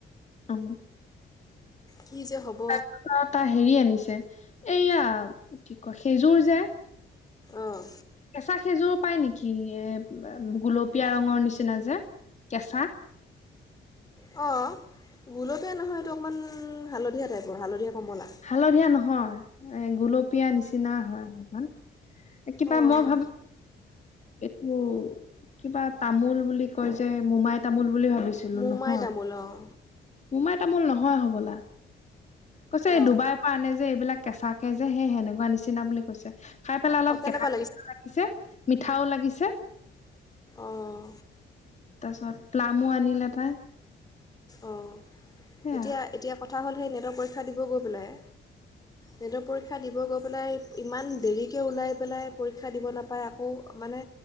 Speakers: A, on the left; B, on the left.
A: অ,
B: কি যে হ'ব
A: তাৰপিছত তাৰ হেৰি আনিছে এইয়া কি কয় সেইযোৰ যে,
B: আহ,
A: কেঁচা সেইজোৰ পায় নেকি? এ গুলপীয়া ৰঙৰ নিচিনা যে, কেঁচা,,
B: অ, গোলতে নহয় এইটো অকণমান হালধীয়া টাইপৰ হালধীয়া কমলা।
A: হালধীয়া নহয় এই গলপীয়া নিচিনা হয় অলপমান। কিবা
B: অঁ
A: মই ভাবো এইটো কিবা তামোল বুলি কৈ যে মোমাই তামোল বুলি ভাব কৈছিলো
B: মোমাই
A: নহয়
B: তামোল অঁ
A: মোমাই তামোল নহয় হবলা। কৈছে
B: অঁ
A: ডুবাইৰ পৰা আনে যে এইবিলাক কেঁচাকে যে সেই সেনেকুৱা নিচিনা বুলি কৈছে। খাই পেলাই অলপ
B: অঁ কেনেকুৱা
A: কেহা-কেহাও লাগিছে মিঠাও লাগিছে।
B: অঁ
A: তাৰপিছত প্লামো আনিলে তাই।
B: অ,
A: সেয়া
B: এতিয়া-এতিয়া কথা হ'ল সেই নেটৰ পৰীক্ষা দিব গৈ পেলাই,
A: <inaudible>
B: নেটৰ পৰীক্ষা দিব গৈ পেলাই ইমান দেৰিকৈ ওলাই পেলাই পৰীক্ষা দিব নাপায় আকৌ মানে